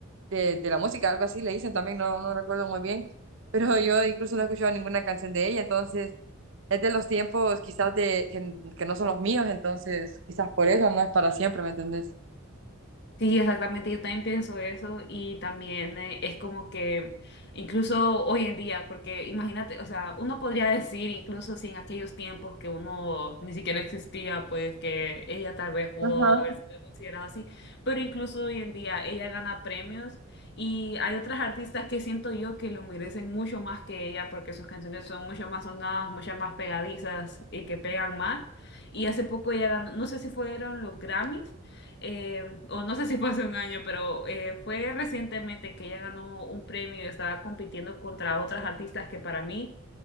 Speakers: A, on the right (about 60°); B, on the left (about 55°).
A: de, de la música, algo así le dicen también, no, no recuerdo muy bien, pero <laughs> yo incluso no he escuchado ninguna canción de ella, entonces es de los tiempos quizás de, que, que no son los míos, entonces quizás por eso no es para siempre, ¿me entendés?
B: Sí, exactamente, yo también pienso eso y también eh, es como que incluso hoy en día, porque imagínate, o sea, uno podría decir incluso si en aquellos tiempos que uno ni siquiera existía, pues que ella tal vez pudo
A: Ajá.
B: haber sido considerada así, pero incluso hoy en día ella gana premios y hay otras artistas que siento yo que lo merecen mucho más que ella porque sus canciones son mucho más sonadas, mucho más pegadizas y que pegan más. Y hace poco ella ganó, no sé si fueron los Grammys eh, o no sé si fue hace un año, pero eh, fue recientemente que ella ganó un premio y estaba compitiendo contra otras artistas que para mí